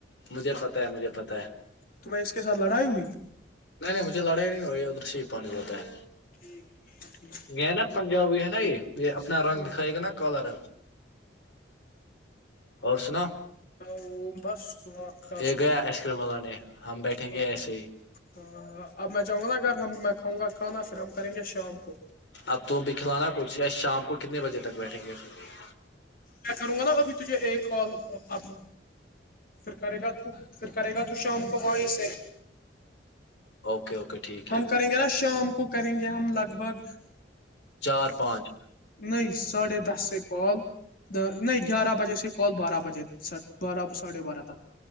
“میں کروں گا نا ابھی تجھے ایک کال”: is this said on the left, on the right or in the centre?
Left